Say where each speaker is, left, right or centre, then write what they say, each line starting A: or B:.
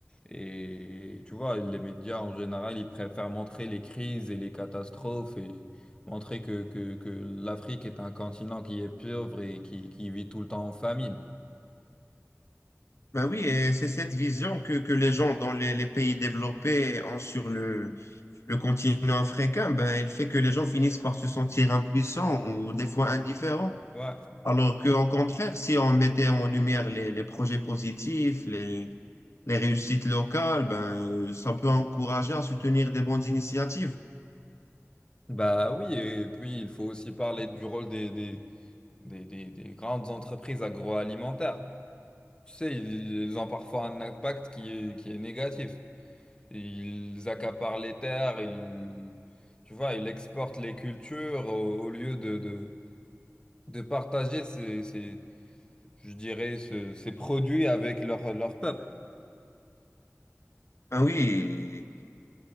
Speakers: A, on the left; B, on the left.
A: Et tu vois, les médias en général, ils préfèrent montrer les crises et les catastrophes et montrer que, que, que l'Afrique est un continent qui est pauvre et qui, qui vit tout le temps en famine.
B: Ben oui, et c'est cette vision que, que les gens dans les, les pays développés ont sur le, le continent africain, ben, elle fait que les gens finissent par se sentir impuissants ou des fois indifférents.
A: Ouais.
B: Alors qu'en contraire, si on mettait en lumière les, les projets positifs, les, les réussites locales, ben, ça peut encourager à soutenir des bonnes initiatives.
A: Bah oui, et puis il faut aussi parler du rôle des, des, des, des- des grandes entreprises agroalimentaires. Tu sais, ils, ils ont parfois un impact qui est, qui est négatif. Ils accaparent les terres, ils, tu vois, ils exportent les cultures au, au lieu de, de, de partager ces, ces- je dirais, ce- ces produits avec leur, leur peuple.
B: Ah oui,